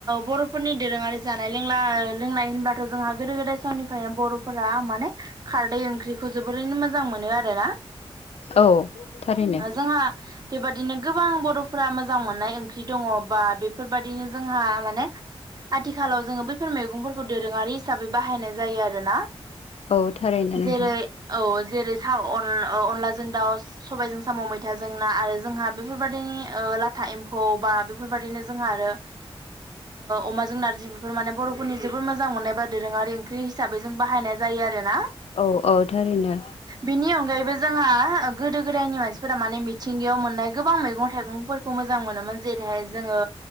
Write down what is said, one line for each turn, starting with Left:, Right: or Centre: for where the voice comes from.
Right: बर'फोरनि दोरोङारि जानाय लोंला लोंनाय होनबाथ' जोंहा गोदो गोदाय समनिफ्रायनो बर' फोरा माने खारदै ओंख्रिखौ जोबोरैनो मोजां मोनो आरोना।
Left: औ थारैनो
Right: जोंहा बेबादिनो गोबां बर' फोरा मोजां मोननाय ओंख्रि दङ बा बेफोरबायदिनो जोंहा माने। आथिखालाव जोङो बैफोर मैगंफोरखौ दोरोङारि हिसाबै बाहायनाय जायो आरोना।
Left: औ थारैनो नोंथां
Right: जेरै औ जेरै अनलाजों दाउ सबायजों साम' मैथाजों ना आरो जोंहा बेफोरबदिनि लाथा एम्फौ बा बेफोरबादिनो जोंहा आरो। अमाजों नारजि बेफोर माने बर'फोरनि जबोोर मोजां मोननाय बादोर रो आरो ओंख्रि हिसाबै जों बाहायनाय जायो आरो ना।
Left: औ औ थारैनो।
Right: बिनि अनगायैबो जोंहा गोदो गोदायनि मानसिफोरा माने मिथिंगायाव मोननाय गोबां मैगं थाइगं। फोरखौ मोजां मोनोमोन जेरैहाय जोङो